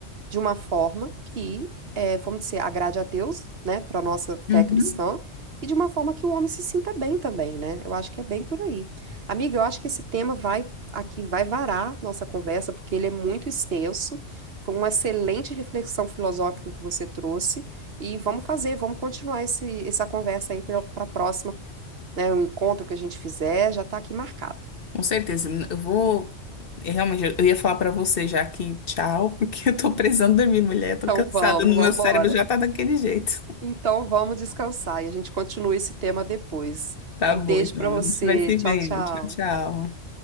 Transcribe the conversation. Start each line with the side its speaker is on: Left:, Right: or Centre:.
Right: de uma forma que, eh, vamos dizer, agrade a Deus, né, para nossa fé
Left: Uhum.
Right: cristã, e de uma forma que o homem se sinta bem também, né? Eu acho que é bem por aí. Amiga, eu acho que esse tema vai aqui vai varar nossa conversa, porque ele é muito extenso. Foi uma excelente reflexão filosófica que você trouxe e vamos fazer, vamos continuar esse, essa conversa aí para a próxima, né? O encontro que a gente fizer já está aqui marcado.
Left: Com certeza. Eu vou. é, Realmente, eu ia falar pra você já que tchau, <laughs> porque eu tô precisando dormir, mulher. Tô
Right: Então
Left: cansada.
Right: vamos,
Left: No
Right: vamos
Left: meu cérebro
Right: embora.
Left: já tá daquele jeito.
Right: Então vamos descansar e a gente continua esse tema depois.
Left: Tá
Right: Um
Left: bom,
Right: beijo
Left: então.
Right: para você.
Left: A gente vai se
Right: Tchau,
Left: vendo.
Right: tchau.
Left: Tchau, tchau.